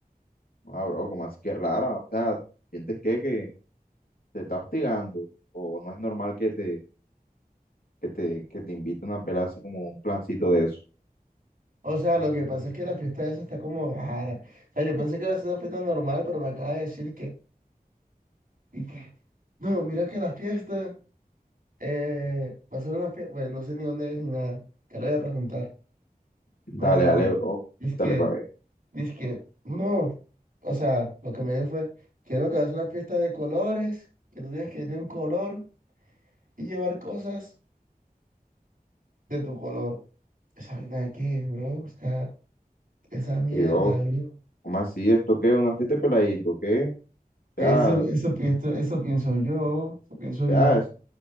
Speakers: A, on the left (about 70°); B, on the right (about 60°).
A: Ah, bro, como así que rara? O sea, ¿sientes que, que te está hostigando? ¿O no es normal que te, que te, que te inviten a pelar así como un plancito de eso?
B: O sea, lo que pasa es que la fiesta esa está como rara. O sea, yo pensé que iba a ser una fiesta normal, pero me acaba de decir que, y que, no, mira que la fiesta eh, va a ser una fiesta, pues no sé ni dónde es ni nada, que le voy a preguntar.
A: Dale,
B: Pero,
A: dale, bro,
B: dice
A: dale
B: que,
A: para ver.
B: dice que, no. O sea, lo que me dijo fue que no, que va a ser una fiesta de colores, que tú tienes que ir de un color y llevar cosas de tu color. Esa vaina de qué, bro, o sea, esa mierda,
A: Y bro,
B: bro.
A: ¿cómo así? ¿Esto qué? ¿Una fiesta de peladito? ¿Qué? O
B: Eso,
A: sea, o
B: eso pienso, eso pienso yo, eso pienso
A: sea,
B: yo.
A: es-